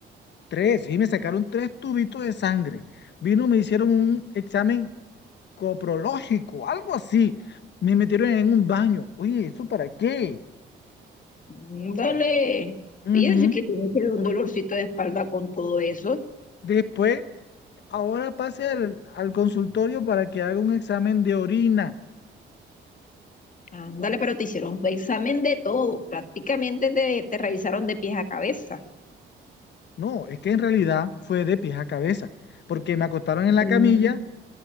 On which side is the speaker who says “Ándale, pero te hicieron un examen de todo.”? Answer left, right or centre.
Left